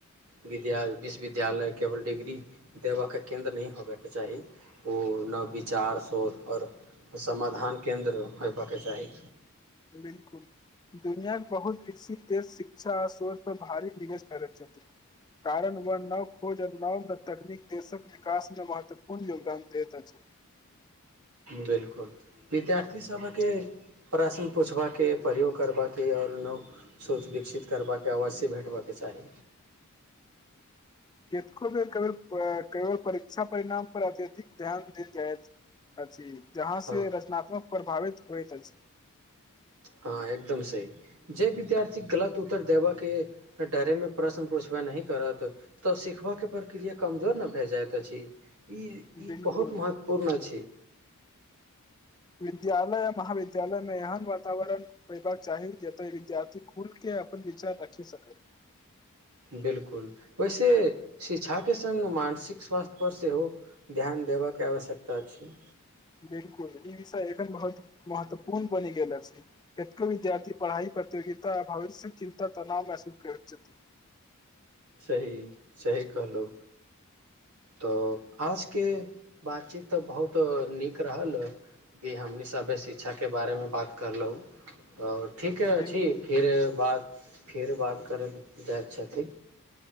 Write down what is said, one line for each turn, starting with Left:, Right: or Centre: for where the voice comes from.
Right: विद्या विश्वविद्यालय केवल डिग्री देबा के केन्द्र नै होयबय के चाही ओ नव विचार शोध और समाधान केन्द्र होयबा के चाही।
Left: बिल्कुल दुनियाक बहुत विकसित देश शिक्षा आ सोच पर भारी निवेश करैत छथी कारण व नव खोज अ नव तकनीक देशक विकास मे महत्वपूर्ण योगदान देत अछि।
Right: बिल्कुल विद्यार्थी सभके प्रश्न पूछबाके प्रयोग करबाके और नव सोच विकसित करबाके अवश्य भेटबा के चाही।
Left: केतको बेर कभी प्रा केवल परीक्षा परिणाम पर अत्यधिक ध्यान देल जाएत अछि। जहाँ
Right: हँ
Left: से रचनात्मक प्रभावित होइत अछि।
Right: हां एकदम सही जे विद्यार्थी गलत उत्तर देबा के डरे मे प्रश्न पूछबे नहि करत तऽ सिखबा के प्रक्रिया कमजोर नै भए जाएत अछि। इ इ
Left: बिलकुल
Right: बहुत महत्वपूर्ण अछि।
Left: विद्यालय अ महाविद्यालयमे एहन वातावरण होयबा के चाही जते विद्यार्थी खुलके अपन विचार रखि सकै।
Right: बिल्कुल ओय से शिक्षा के संग मानसिक स्वास्थ्य पर सेहो ध्यान देबय के आवश्यकता छै।
Left: बिल्कुल ई विषय एखन बहुत महत्वपूर्ण बनि गेल अछि केतको विद्यार्थी पढ़ाइ प्रतियोगिता आ भविष्य चिन्ता तनाव महसूस करैत छथि।
Right: सही सही कहलौ तऽ आजके बातचीत तऽ बहुत नीक रहल कि हमनी सभे शिक्षाके बारेमे बात करलौ। और ठीके अछि
Left: बिलकुल
Right: फिर बात फेर बात करैल जाइत छथि।